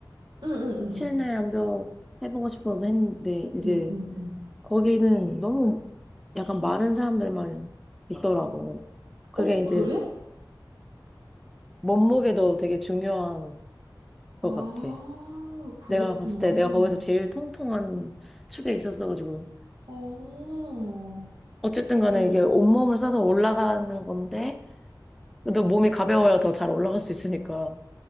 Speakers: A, on the right (about 80°); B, in the centre.
A: 응, 응, 응,
B: 실내
A: 응.
B: 암벽 해보고 싶어서 했는데 이제
A: 응, 응, 응.
B: 거기는 너무 약간 마른 사람들만 있더라고. 그게
A: 어,
B: 이제
A: 그래?
B: 몸무게도 되게 중요한 것
A: 아,
B: 같아.
A: 그렇구나.
B: 내가 봤을 때 내가 거기서 제일 통통한 축에 있었어가지고.
A: 어,
B: 어쨌든 간에
A: 어.
B: 이게 온몸을 써서 올라가는 건데, 그래도 몸이 가벼워야 더 잘 올라갈 수 있으니까.